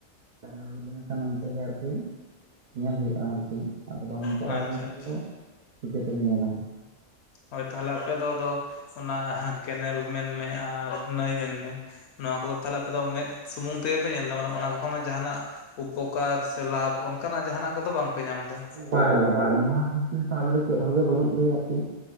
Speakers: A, on the right; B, on the left.
A: ᱪᱟᱞᱟᱣ ᱦᱩᱭ ᱞᱮᱱᱠᱷᱟᱱ ᱚᱱᱛᱮ ᱜᱮ ᱟᱨᱠᱤ ᱧᱮᱞ ᱦᱩᱭᱩᱜ-ᱟ ᱟᱨᱠᱤ ᱟᱫᱚ ᱵᱟᱝ ᱪᱟᱞᱟᱣ
B: ᱟᱪᱪᱷᱟ
A: ᱞᱮᱱᱠᱷᱟᱱ
B: ᱟᱪᱪᱷᱟ
A: ᱪᱤᱠᱟ. ᱛᱮᱢ ᱧᱮᱞᱟ
B: ᱦᱳᱭ ᱛᱟᱦᱞᱮ ᱟᱯᱮ ᱫᱚ ᱟᱫᱚ ᱚᱱᱟ ᱠᱮᱱᱮᱞ ᱢᱮᱱᱢᱮ ᱟᱨ ᱱᱟᱹᱭ ᱢᱮᱱᱢᱮ ᱱᱚᱣᱟ ᱠᱚᱫᱚ ᱛᱟᱦᱚᱞᱮ ᱟᱯᱮ ᱫᱚ ᱢᱮᱫ ᱥᱩᱢᱩᱝ ᱛᱮᱜᱮ ᱯᱮ ᱧᱮᱞ ᱫᱟ ᱢᱟᱱᱮ ᱚᱱᱟ ᱠᱚ ᱠᱷᱚᱱᱟᱜ ᱡᱟᱦᱟᱱᱟᱜ ᱩᱯᱚᱠᱟᱨ ᱥᱮ ᱞᱟᱵᱷ ᱚᱱᱠᱟᱱᱟᱜ ᱡᱟᱦᱟᱱᱟᱜ ᱠᱚᱫᱚ ᱵᱟᱝᱯᱮ ᱧᱟᱢ ᱮᱫᱟ
A: ᱵᱟ ᱵᱟᱝ ᱱᱚᱣᱟ ᱤᱫᱤ ᱠᱟᱛᱮ ᱟᱞᱮ ᱫᱚ ᱪᱮᱫ ᱦᱚᱸ ᱵᱟᱹᱱᱩᱜ ᱞᱮᱭᱟ ᱟᱨᱠᱤ